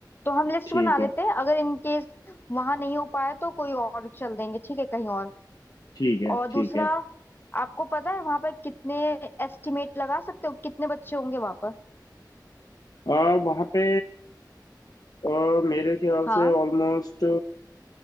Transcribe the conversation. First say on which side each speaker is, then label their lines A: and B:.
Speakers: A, on the left; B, on the left.
A: तो हम लिस्ट
B: ठीक
A: बना लेते
B: है
A: हैं अगर इन केस वहां नहीं हो पाया तो कोई और चल देंगे ठीक है कहीं और
B: ठीक है
A: और दूसरा
B: ठीक है
A: आपको पता है वहां पर कितने एस्टिमेट लगा सकते हो कितने बच्चे होंगे वहां पर
B: आ, वहाँ पे आ, मेरे ख्याल
A: हाँ
B: से ऑलमोस्ट